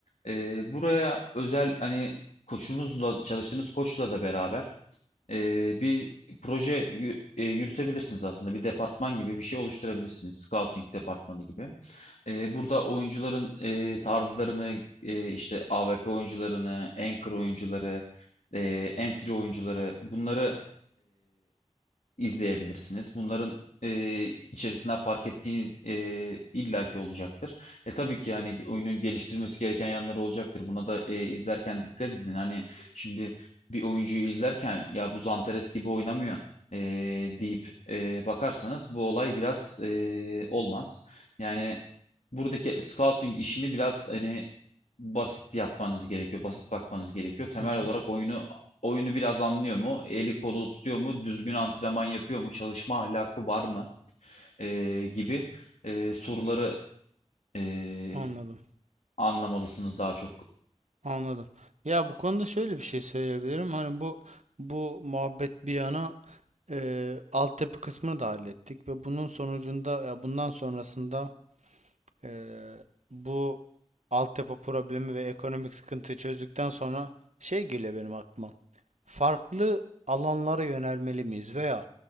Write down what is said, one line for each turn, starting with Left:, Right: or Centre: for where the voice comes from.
Left: Ee, buraya özel hani koçunuzla çalıştığınız koçla da beraber ee, bir proje yü- e, yürütebilirsiniz aslında. Bir departman gibi bir şey oluşturabilirsiniz. Scouting departmanı gibi. Ee, burada oyuncuların ee, tarzlarını ee, işte AWP oyuncularını, anchor oyuncuları, ee, entry oyuncuları bunları izleyebilirsiniz. Bunların e, içerisinden fark ettiğiniz e, illaki olacaktır. E tabii ki yani oyunun geliştirmesi gereken yanları olacaktır. Buna da e, izlerken dikkat edin. Hani şimdi bir oyuncuyu izlerken ya bu Zanteres gibi oynamıyor e, deyip e, bakarsanız bu olay biraz e, olmaz. Yani buradaki scouting işini biraz hani basit yapmanız gerekiyor. Basit bakmanız gerekiyor. Temel
Right: Hı hı,
Left: olarak oyunu oyunu biraz anlıyor mu? Eli kolu tutuyor mu? Düzgün antrenman yapıyor mu? Çalışma ahlakı var mı? Ee, gibi e, soruları e,
Right: Anladım,
Left: anlamalısınız daha çok.
Right: anladım. Ya bu konuda şöyle bir şey söyleyebilirim. Hani bu bu muhabbet bir yana e, altyapı kısmını da hallettik ve bunun sonucunda ya bundan sonrasında e, bu altyapı problemi ve ekonomik sıkıntıyı çözdükten sonra şey geliyor benim aklıma. Farklı alanlara yönelmeli miyiz veya